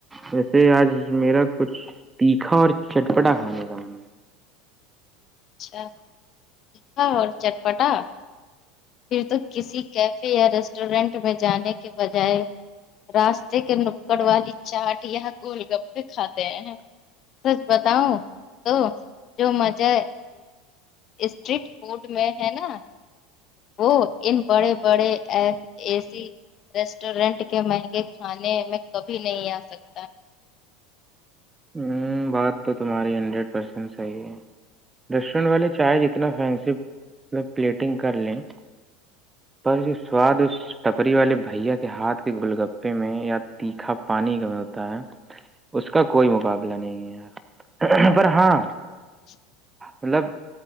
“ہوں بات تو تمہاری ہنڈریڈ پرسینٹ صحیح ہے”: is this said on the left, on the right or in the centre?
Right